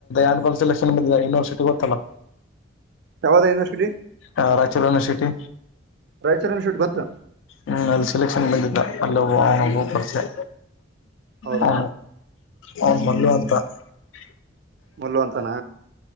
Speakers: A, on the left (about 70°); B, on the right (about 55°).
A: ಅಂತಲ್ ಸೆಲೆಕ್ಷನ್ ಬ ಯೂನಿವರ್ಸಿಟಿ ಗೊತ್ತಲ್ಲ
B: ಯಾವದ ಯನರ್ಸಟಿ
A: ಹ ರಾಯಚೂರು ಯೂನಿವರ್ಸಿಟಿ
B: ರಾಯಚೂರು ಯೂನಿವರ್ಸಿಟಿ ಗೊತ್ತು
A: ಹ್ಮ್ ಅಲ್ಲಿ ಸೆಲೆಕ್ಷನ್ ಬಂದಿದ್ದ ಅಲ್ಲಭ ಅವನೊಬ್ಬ ಪರಿಚಯ
B: ಹೌದಾ
A: ಹ ಹ ಮಲು ಅಂತ ಬ
B: ಮಲ್ಲ ಅಂತಾನ